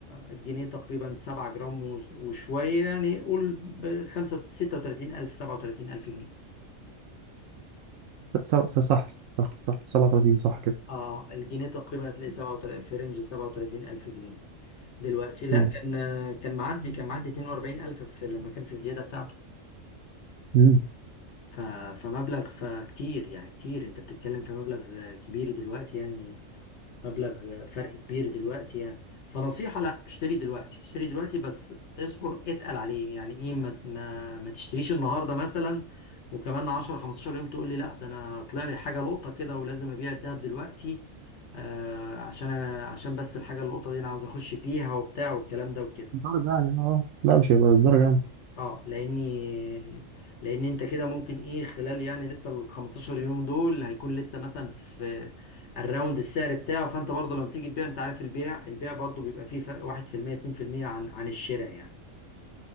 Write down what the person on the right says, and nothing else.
ص- ص- صح صح صح 37 صح كده
مم.
مم.
الدرجة يعني اه لا مش هيبقى الدرجة يعني